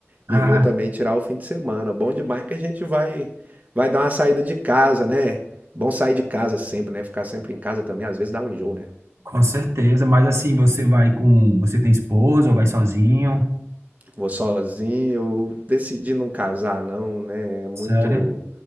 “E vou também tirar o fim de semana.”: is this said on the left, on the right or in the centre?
Right